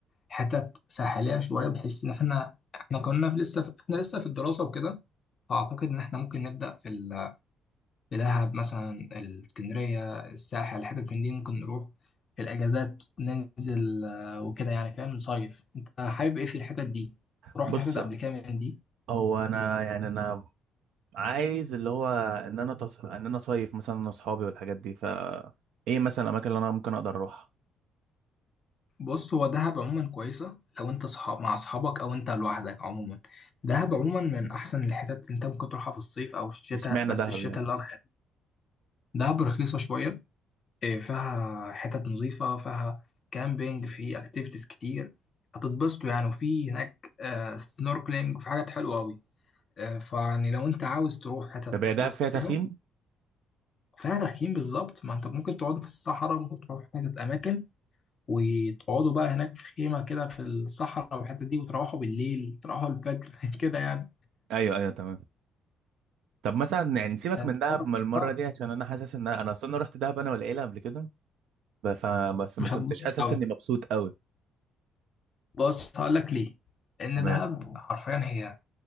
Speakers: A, on the left (about 40°); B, on the right (about 75°).
A: حتت ساحليه شويه بحيث ان احنا احنا كنا في لسه في احنا لسه في الدراسه وكده فاعتقد ان احنا ممكن نبدا في ال- في دهب مثلا الاسكندريه الساحل حتت من دي ممكن نروح في الاجازات ننزل آه، وكده يعني فاهم نصيف انت حابب ايه في الحتت دي رحت
B: بص
A: حتت قبل كده من دي
B: هو انا يعني انا عايز اللي هو ان انا تص... ان انا صيف مثلا انا واصحابي والحاجات دي ف ايه مثلا الاماكن اللي انا ممكن اقدر اروحها
A: بص هو دهب عموما كويسة لو انت صحاب مع اصحابك او انت لوحدك عموما دهب عموما من احسن الحتت اللي انت ممكن تروحها في الصيف او الشتاء
B: اشمعنى
A: بس
B: دهب
A: الشتاء
B: يعني
A: اللي ارخص دهب رخيصة شوية إيه، فيها حتت نظيفة فيها كامبينج في اكتيفيتيز كتير هتتبسطوا يعني وفي هناك آه، سنوركلينج وفي حاجات حلوة أوي آه، فيعني لو انت عاوز تروح حتت
B: طب هي
A: تتبسط
B: دهب فيها
A: فيها
B: تخييم
A: فيها تخييم بالظبط ما انت ممكن تقعد في الصحراء ممكن تروح حتت اماكن وتقعدوا بقى هناك في خيمة كده في الصحراء والحتة دي وتروحوا بالليل تروحوا الفجر <laughs> كده يعني
B: ايوه ايوه تمام طب مثلا يعني سيبك
A: يعني
B: من
A: انت
B: دهب
A: عمرك
B: من المره
A: آه،
B: دي عشان انا حاسس ان انا اصلا رحت دهب انا والعيله قبل كده ب- ف... بس ما
A: مش
B: كنتش
A: هتبص
B: حاسس
A: قوي
B: اني مبسوط قوي
A: بص هقول لك ليه لأن
B: تمام
A: دهب حرفيا هي